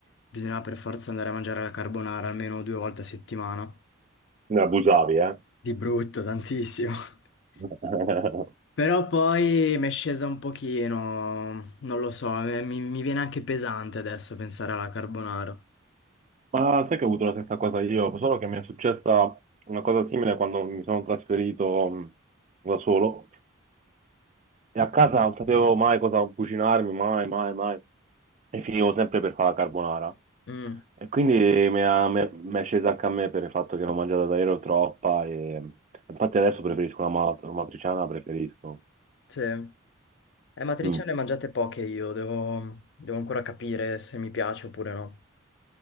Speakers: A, on the left (about 60°); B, on the right (about 35°).
A: bisognava per forza andare a mangiare la carbonara almeno due volte a settimana.
B: Ne abusavi, eh?
A: Di brutto, tantissimo. <laughs>
B: <laughs>
A: Però poi mi è scesa un pochino, non lo so, mi, mi- mi viene anche pesante adesso pensare alla carbonara.
B: Ma sai che ho avuto la stessa cosa io, solo che mi è successa una cosa simile quando mi sono trasferito mh, da solo e a casa non sapevo mai cosa cucinarmi, mai, mai, mai, e finivo sempre per fare la carbonara.
A: Mm,
B: E quindi mi ha- mi è mi è scesa anche a me per il fatto che l'ho mangiata davvero troppa e infatti adesso preferisco la ma- la matriciana, preferisco.
A: sì. Eh, matriciane
B: Mm.
A: ne ho mangiate poche io, devo, devo ancora capire se mi piace oppure no.